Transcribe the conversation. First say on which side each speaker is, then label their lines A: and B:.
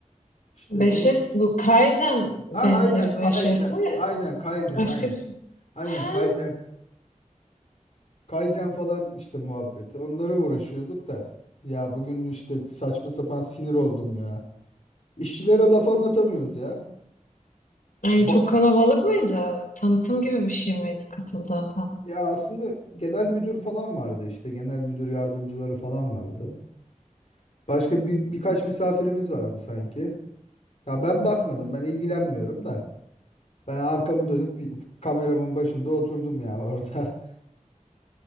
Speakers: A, on the left; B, on the left.
A: İşte
B: 5S,
A: onu
B: bu Kaizen benzeri
A: ah aynen Kaizen.
B: 5S mi?
A: Aynen Kaizen
B: Başka
A: aynen.
B: bir şey.
A: Aynen
B: Ha,
A: Kaizen. Kaizen falan işte muhabbeti. Onlara uğraşıyorduk da. Ya bugün işte saçma sapan sinir oldum ya. İşçilere laf anlatamıyoruz ya.
B: yani
A: Ba-
B: çok kalabalık mıydı? Tanıtım gibi bir şey miydi katıldığın
A: ya aslında genel müdür falan vardı işte. Genel müdür yardımcıları falan vardı. Başka bir birkaç misafirimiz vardı sanki. Ya ben bakmadım, ben ilgilenmiyorum da. Ben arkamı dönüp bir- kameramın başında oturdum ya orada. <laughs>